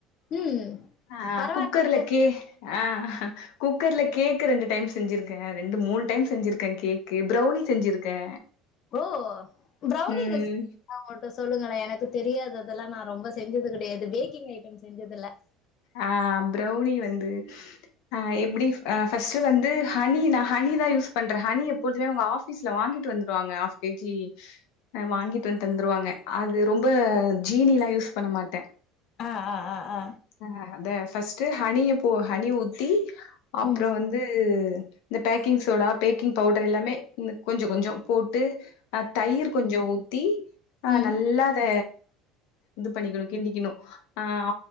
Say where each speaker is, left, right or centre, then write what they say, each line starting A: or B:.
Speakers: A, on the left (about 45°); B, on the left (about 75°).
A: ம்.
B: ஆ
A: பரவாயில்லையே!
B: குக்கர்ல கே ஆ குக்கர்ல கேக் ரெண்டு டைம் செஞ்சிருக்கே ரெண்டு மூணு டைம் செஞ்சிருக்கே கேக்கு ப்ரவுனி செஞ்சிருக்கே
A: ஓ ப்ரெளனி
B: ம்
A: ரெஸ் அவுங்கள்ட்ட சொல்லுங்களே எனக்கு தெரியாது அதெலா நா ரொம்பஸ் செஞ்சது கிடையாது பேக்கிங் ஐட்டம்ஸ் செஞ்சதில்ல
B: ஆ ப்ரௌனி வந்து அ எப்டி அ ஃபஸ்ட்டு வந்து ஹனி நா ஹனிதா யூஸ் பண்ற ஹனி எப்போழுதுமே அவுங்க ஆஃபீஸ்ல வாங்கிட்டு வந்துருவாங்க ஆப் கேஜி அ வாங்கிட்டு வந்து தந்துருவாங்க அது ரொம்ப ஜீனிலா யூஸ் பண்ண மாட்ட
A: ஆ ஆ ஆ ஆ
B: அ அதே ஃபஸ்ட்டு ஹனிய போ ஹனி ஊத்தி அப்ற
A: ம்
B: வந்து இந்த பேக்கிங் சோடா பேக்கிங் பவுடர் எல்லாமே இந்த கொஞ்ச கொஞ்ச போட்டு அஹ் தயிர் கொஞ்ச ஊத்தி ஆஹ்
A: ம்
B: நல்ல அத இது பண்ணிக்கணு கிண்டிக்கணு ஆஹ்